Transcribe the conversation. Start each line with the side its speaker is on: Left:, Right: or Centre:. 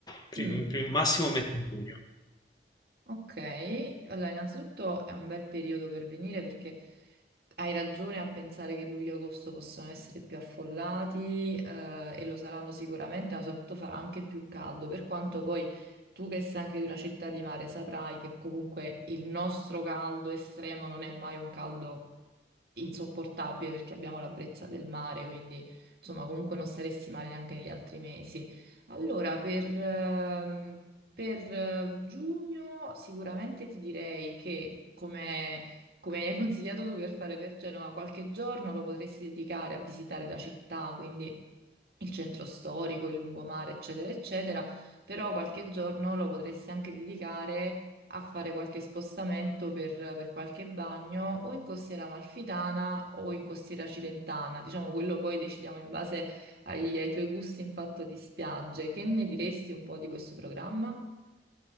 Left: prim-
Right: Mm.
Left: prim- massimo metà giugno.
Right: Ok, allora innanzitutto è un bel periodo per venire perché hai ragione a pensare che luglio e agosto possono essere più affollati eh, e lo saranno sicuramente, ma soprattutto farà anche più caldo, per quanto poi tu che sei anche di una città di mare saprai che comunque il nostro caldo estremo non è mai un caldo insopportabile perché abbiamo la brezza del mare, quindi insomma comunque non saresti male neanche negli altri mesi. Allora, per, ehm, per eh, giugno sicuramente ti direi che, come, come mi hai <laughs> consigliato tu per fare per Genova, qualche giorno lo potresti dedicare a visitare la città, quindi il centro storico, il lungomare, eccetera, eccetera, però qualche giorno lo potresti anche dedicare a fare qualche spostamento per, per qualche bagno o in costiera amalfitana o in costiera cilentana, diciamo quello poi decidiamo in base ai, ai tuoi gusti in fatto di spiagge. Che ne diresti un po' di questo programma?